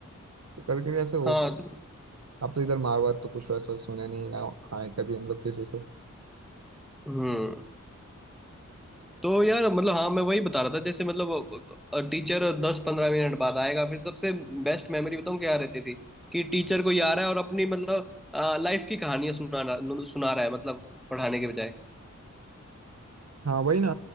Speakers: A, on the right; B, in the centre.
A: तो कभी कभी ऐसे होता
B: हाँ तो
A: अब तो इधर मार वार तो कुछ वैसा सुने नहीं ना खाए कभी हम लोग किसी से
B: हम्म तो यार मतलब हाँ मैं वही बता रहा था जैसे मतलब टीचर दस पंद्रह मिनट बाद आएगा फिर सबसे बेस्ट मेमोरी बताऊँ क्या रहती थी कि टीचर कोई आ रहा है और अपनी मतलब लाइफ की कहानियां सुना रहा- सुना रहा है मतलब पढ़ाने के बजाय
A: हाँ वही ना